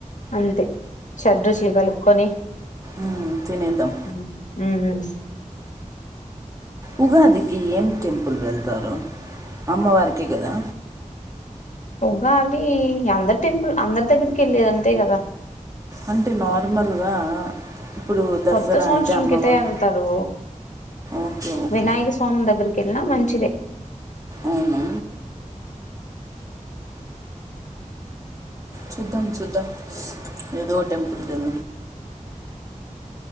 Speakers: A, on the left; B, on the right.
A: అంతే షడ్రుచులు కలుపుకొని
B: ఉమ్, తినేద్దాం
A: ఉమ్ ఉమ్.
B: ఉగాదికి ఏం టెంపుల్ వెళ్తారు అమ్మవారికి కదా
A: ఉగా అది అందరు టెంపుల్ అందరి దగ్గరికి వెళ్ళలేద అంతే కదా
B: అ అటి నార్మల్గా ఇప్పుడు దసరా
A: కొత్త సంవత్సరం
B: అయితే అమ్మవారు
A: కిటా వెళ్తారు
B: ఓకే ఓకే
A: వినాయక స్వామి దగ్గరికి క ఎలా మంచిద
B: అవునా శద్ధం శద్ద్దం అదో టెంపుల్ కద